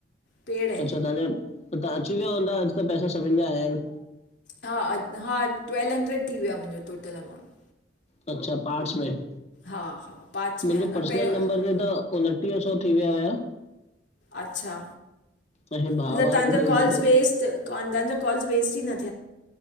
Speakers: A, on the left; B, on the left.
A: पेड आहिनि
B: अच्छा तांजा तां अची विया हूंदा अॼु त पैसा सभिन जा आयान्।
A: हा हा ट्वेल्व हंड्रेड थी वयो आ मुंहिंजो टोटल अमाउंट।
B: अच्छा पांच मिंनेट
A: हा हा पाच
B: मुंहिंजो
A: में आहे न
B: पर्सनल
A: पहिरियों
B: नंबर बे त। उनटीह सौ थी विया हुया।
A: अच्छा
B: ऐं हे भाउ
A: मतलब
B: वारे
A: तांजा
B: ते
A: कॉल्स
B: जेको
A: वेस्ट तांजा कॉल्स वेस्ट ई नथ।